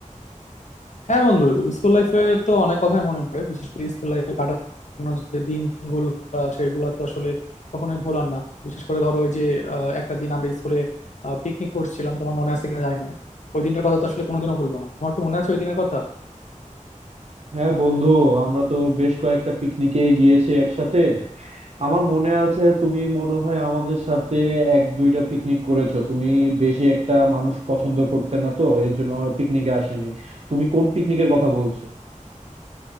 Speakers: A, on the left (about 65°); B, on the right (about 55°).
A: হ্যাঁ বন্ধু স্কুল লাইফের তো অনেক কথাই মনে পড়ে বিশেষ করে স্কুল লাইফে কাটানো যে দিনগুলো আহ, সেগুলো তো আসলে কখনোই ভোলার না বিশেষ করে ধরো ওই যে আহ, একটা দিন আমরা স্কুলে পিকনিক করছিলাম তোমার মনে আছে কিনা জানি না ওই দিনটার কথা তো আসলে কোনোদিনও ভুলবো না তোমার কি মনে আছে ওই দিনের কথা
B: হ্যাঁ বন্ধু আমরা তো বেশ কয়েকটা পিকনিকে গিয়েছি একসাথে আমার মনে আছে তুমি মনে হয় আমাদের সাথে এক দুইটা পিকনিক করেছো তুমি বেশি একটা মানুষ পছন্দ করতে না তো এর জন্য পিকনিকে আসেনি তুমি কোন পিকনিকের কথা বলছো